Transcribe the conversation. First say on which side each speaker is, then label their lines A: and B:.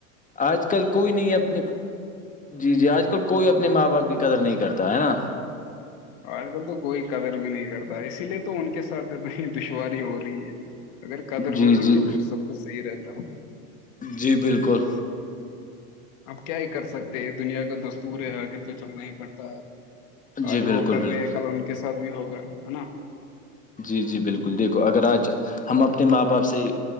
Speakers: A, on the left (about 20°); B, on the left (about 60°).
A: آج کل کوئی نہیں ہےب جی جی آج کل کوئی اپنے ماں باپ کی قدر نہیں کرتا ہے نا
B: آج کل تو کوئی قدر بھی نہیں کرتا اسی لیے تو ان کے ساتھ اتنی دشواری ہو رہی ہے اگر قدر
A: جی
B: ہوتی
A: جی
B: تو پھر سب کچھ صحیح رہتا
A: جی بالکل
B: اب کیا ہی کر سکتے یہ دنیا کا دستور ہے آگے تو چلنا ہی پڑتا ہے
A: جی
B: آج
A: بالکل
B: وہ کر
A: بالکل
B: رہے ہیں کل ان کے ساتھ بھی ہوگا ہے نا
A: جی جی بالکل دیکھو اگر آج ہم اپنے ماں باپ سے